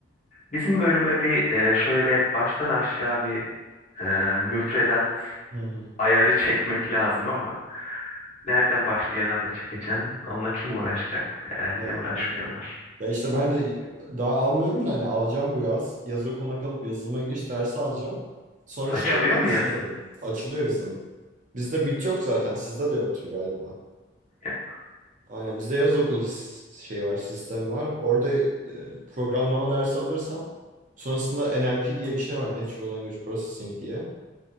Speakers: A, on the left; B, on the right.
A: bizim bölüme bir e, şöyle baştan aşağı bir e, müfredat
B: <laughs>
A: ayarı çekmek lazım ama nereden başlayadan da çekeceksin? Onunla kim uğraşacak? Herhalde
B: Ya
A: uğraşmıyorlar.
B: aynen. Ya işte ben de daha almıyorum da hani alacağım bu yaz. Yaza kona kalıp yazılıma giriş dersi alacağım. Sonra
A: Açılıyor
B: şey yapmayı
A: mu
B: düşünüyorum.
A: yazın?
B: Açılıyor bizim. Bizde bit yok zaten. Sizde de yoktur galiba.
A: Ya,
B: Aynen bizde yaz okulu sis- şey var, sistemi var. Orada e, programlama dersi alırsam sonrasında NLP diye bir şey var. Natural Language Processing diye.